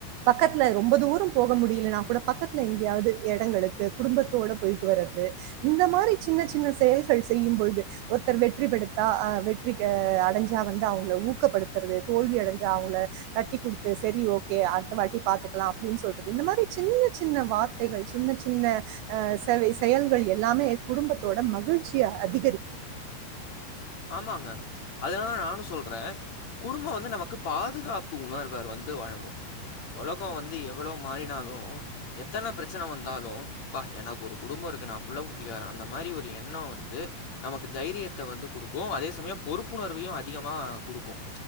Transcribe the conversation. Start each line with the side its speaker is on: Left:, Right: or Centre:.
Right: பக்கத்துல ரொம்ப தூரம் போக முடியலனா கூட பக்கத்துல எங்கேயாவது இடங்களுக்கு குடும்பத்தோட போயிட்டு வர்றது இந்த மாதிரி சின்ன சின்ன செயல்கள் செய்யும்போழுது ஒருத்தர் வெற்றி பெடுத்தாஹ் வெற்றி அடைஞ்சா வந்து அவங்க ஊக்கப்படுத்துறது தோல்வி அடைஞ்சா அவங்கள தட்டி கொடுத்து சரி ஓகே அடுத்த வாட்டி பார்த்துக்கலாம் அப்படின்னு சொல்றது இந்த மாதிரி சின்ன சின்ன வார்த்தைகள் சின்ன சின்ன அஹ் செவ்வே செயல்கள் எல்லாமே என் குடும்பத்தோட மகிழ்ச்சிய அதிகரிக்கும்
Left: ஆமாங்க அதனால தா நானும் சொல்றேன் குடும்பம் வந்து நமக்கு பாதுகாப்பு உணர்வை வந்து வழங்கும் உலகம் வந்து எவ்வளவு மாறினாலும் எத்தன பிரச்சனை வந்தாலும் ப்பா எனக்கு ஒரு குடும்பம் இருக்கு நா புள்ள குட்டிக்காரன் அந்த மாரி ஒரு எண்ணம் வந்து நமக்கு தைரியத்தை வந்து கொடுக்கும் அதே சமயம் பொறுப்புணர்வையும் அதிகமா கொடுக்கும்